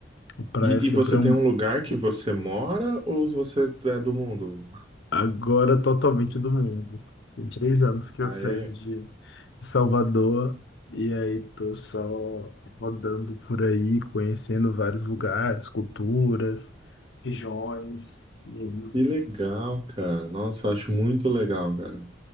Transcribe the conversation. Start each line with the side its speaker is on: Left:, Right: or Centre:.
Left: O praia
Right: E,
Left: sempre
Right: e você
Left: é um.
Right: tem um lugar que você mora ou você é do mundo?
Left: Agora totalmente do mundo. Tem três anos que
Right: Ah,
Left: eu saí
Right: é?
Left: de de Salvador e aí tô só rodando por aí, conhecendo vários lugares, culturas, regiões. E aí
Right: Que legal, cara. Nossa, eu acho muito legal, cara.